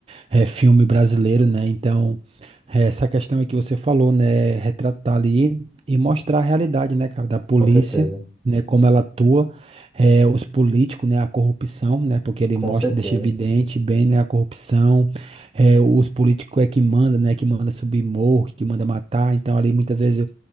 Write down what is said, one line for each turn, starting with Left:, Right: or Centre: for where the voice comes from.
Right: é, filme brasileiro, né? Então, é, essa questão aí que você falou, né? Retratar ali e mostrar a realidade, né, cara, da polícia,
Centre: Com certeza,
Right: né? Como ela atua, é, os políticos, né? A corrupção, né? Porque ele
Centre: com
Right: mostra,
Centre: certeza.
Right: deixa evidente bem, né? A corrupção, é, os políticos é que manda, né? Que manda subir morro, que manda matar. Então, ali muitas vezes